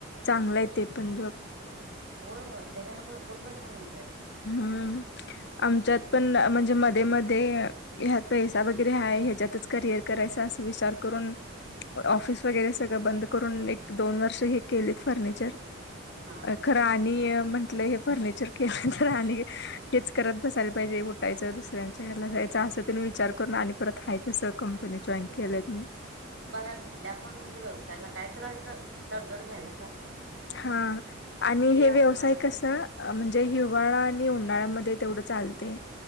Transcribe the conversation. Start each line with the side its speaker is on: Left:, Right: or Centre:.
Left: चांगलं
Right: आणि काय
Left: आहे
Right: म्हण
Left: ते पण जॉब.
Right: होय होय त्याच्यान भरपूर पैसा मिळ
Left: हम्म आमच्यात
Right: हम्म
Left: पण म्हणजे मध्ये मध्ये ह्यात पैसा वगैरे ह ह्याच्यातच करिअर करायचा अस विचार करून ऑफिस वगैरे
Right: हम्म
Left: सगळं बंद करून एक दोन वर्ष हे केलेत फर्निचर.
Right: हा
Left: अ
Right: हा
Left: खरं आणि म्हंटलं हे फर्निचर केलं तर आणि हेच करत बसायला पाहिजे उठायचं दुसऱ्यांच्या घरला जायचं असं तेन विचार करून आणि परत हाय तसं कंपनी
Right: होय
Left: जॉईन केलेत
Right: होय
Left: मग
Right: बघा कुठल्या पण म्हणजे व्यवसायाला कायत तडजोड घ्यायलाच लागते.
Left: हा आणि हे व्यवसाय
Right: असणारच आहे
Left: कस
Right: कशात
Left: म्हणजे हिवाळा आणि उन्हाळ्यामध्ये तेवढं चालते